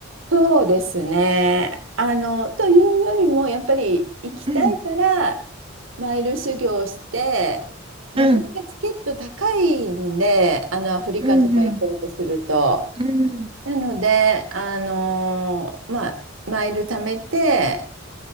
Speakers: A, on the right; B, on the right.
A: そうですね。あの、というよりも、やっぱり行きたいから、
B: うん、
A: マイル修行して、なかなかチケット高いんで、
B: うん、
A: あの、アフリカとか行こうとすると。
B: うん、うん、うん、
A: なので、あのまあ、マイル貯めて、